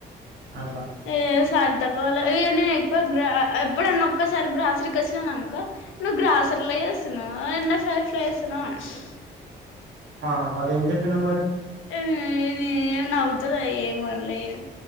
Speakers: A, on the right (about 60°); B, on the left (about 75°).
A: అట్ల
B: ఏ సరితక్క వాళ్ళ ఇయెన్ని ఎక్కువ గ్రా ఎప్పుడన్నా ఒక్కసారి గ్రాసురికి వచ్చిననుకో నువ్ గ్రాసర్లో చేస్తున్నవా ఎన్నొ ఫ్రైస్లో చేస్తున్నవా అంటరు
A: ఆ మరి ఏం చెప్పినవ్ మరి
B: నే నవ్వుతరు ఏమండ్లే ఇగ